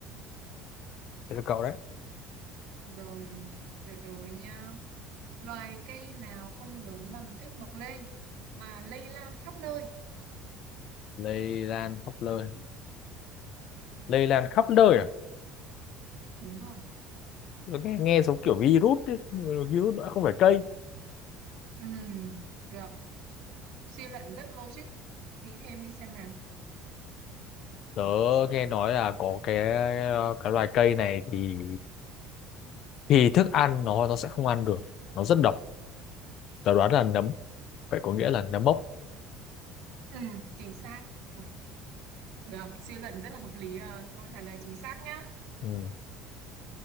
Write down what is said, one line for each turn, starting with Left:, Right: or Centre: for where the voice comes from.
Left: Thế là cậu đấy.
Right: rồi từ từ nha loài cây nào không lớn bằng cách mọc lên mà lây lan khắp nơi
Left: Lây lan khắp nơi. Lây lan khắp nơi à?
Right: đúng rồi
Left: nó nghe, nghe giống kiểu virus ấy, nhưng mà virus nó không phải cây
Right: ừ được suy luận rất logic nghĩ thêm đi xem nào
Left: tớ nghe nói là có cái cái loài cây này thì thì thức ăn nó nó sẽ không ăn được nó rất độc tớ đoán là nấm phải có nghĩa là nấm mốc
Right: ừ chính xác Ui, được suy luận rất là hợp lý à. câu trả lời chính xác nhá
Left: ừ.